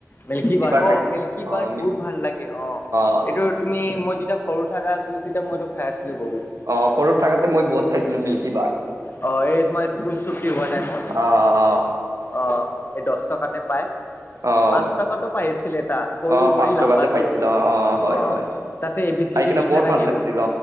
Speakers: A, on the left; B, on the right.
A: মিল্কী বাৰ্ড
B: বাৰ খাইছা
A: অ' মিল্কী
B: অ
A: বাৰ্ড
B: মিল্ক
A: বহুত ভাল লাগে অ'
B: অ
A: এইটো তুমি মই যেতিয়া সৰু থাককা আছিলো। তেতিয়া মইতো খাই আছিলো বহুত।
B: আহ সৰুত থাকোতে মই বহুত খাইছিলো মিল্কী বাৰ
A: অ', হয় এই স্কুল ছুটি হোৱা টাইম <unintelligible>
B: আহ
A: অ। এই দহ টকাতে পায়।
B: আহ আহ
A: পাঁচ টকাটো পাইছিলে এটা সৰু
B: অ
A: কৰি
B: পাঁচ
A: লাম্বা
B: টকাতে পাইছিলো
A: কৰি দি
B: অ হয়
A: অ'
B: হয়
A: তাতে এ বি চি
B: খাই
A: ডি‌
B: কিনে
A: লিখা
B: বৰ
A: থাকে
B: ভাল লাগছিল
A: এইবোৰ